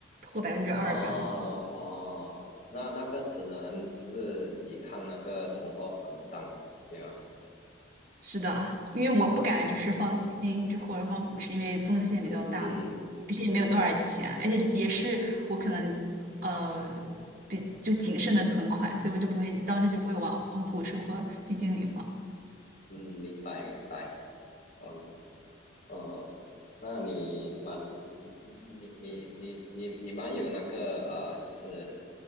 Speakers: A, on the right; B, on the left.
A: 或百分之二这样子。
B: 哦哦，那那个只能就是抵抗那个通货膨胀，对吗？
A: 是的，因为我不敢就是放基金之或者放股市，
B: <laughs>
A: 因为风险比较大嘛，
B: 嗯嗯
A: 而且也没有多少钱，而且也是我可能呃比就谨慎的存款，所以我就不会当时就不会往往股市或基金里放，
B: 嗯，明白明白。哦哦，那你蛮你你你你你蛮有那个呃，就是